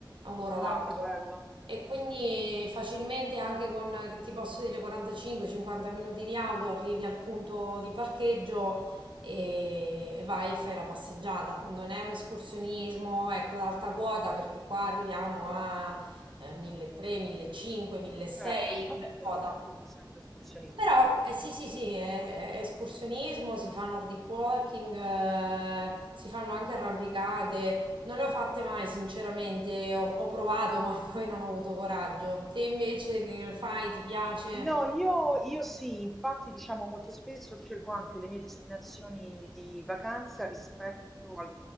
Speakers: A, on the right; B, in the centre.
A: a un'ora
B: Ah,
A: d'auto.
B: che bello.
A: E quindi facilmente anche con, eh, che ti posso dire, 45-50 minuti di auto arrivi al punto di parcheggio e e vai e fai la passeggiata. Non è un escursionismo, ecco, ad alta quota perché qua arriviamo a eh, 1300, 1500, 1600
B: Certo, cioè,
A: come
B: vabbè,
A: quota.
B: però comunque pur sempre escursionismo.
A: Però eh, sì, sì, sì, è, è escursionismo, si fa nordic walking, eh, si fanno anche arrampicate. Non le ho fatte mai, sinceramente, ho, ho provato, <laughs> ma poi non ho avuto coraggio. Te invece ne fai, ti piace?
B: No, io, io sì, infatti diciamo molto spesso scelgo anche le mie destinazioni di vacanza rispetto al,